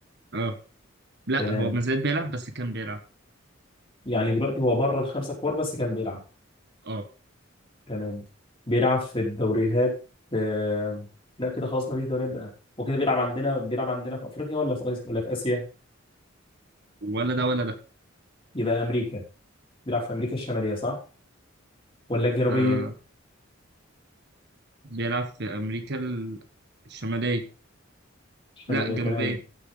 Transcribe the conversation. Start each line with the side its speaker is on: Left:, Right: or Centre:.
Right: اه لا
Left: تمام
Right: هو ما زال بيلعب بس كان بيلعب
Left: يعني دلوقتي هو بره الخمسة الكبار بس كان بيلعب
Right: اه
Left: تمام بيلعب في الدوريات آه... لا كده خلاص ما فيش دوريات بقى وكده بيلعب عندنا بيلعب عندنا في افريقيا ولا في آسيا ولا في اسيا
Right: ولا ده ولا ده
Left: يبقى امريكا بيلعب في امريكا الشمالية صح ولا الجنوبية
Right: آه بيلعب في امريكا ال- الشماليه
Left: الشمالية
Right: لا الجنوبيه
Left: تمام